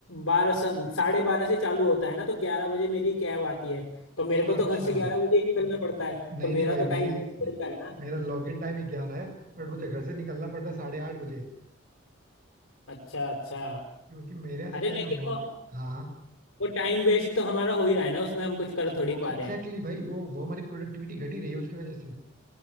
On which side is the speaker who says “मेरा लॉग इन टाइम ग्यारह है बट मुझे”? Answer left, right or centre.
Right